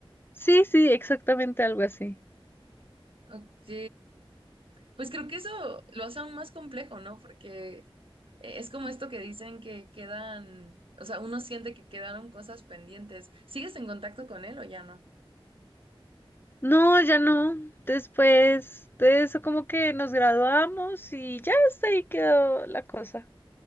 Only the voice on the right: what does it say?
Ok, pues creo que eso lo hace aún más complejo, ¿no? Porque Eh, Es como esto que dicen que quedan, o sea, uno siente que quedaron cosas pendientes. ¿Sigues en contacto con él o ya no?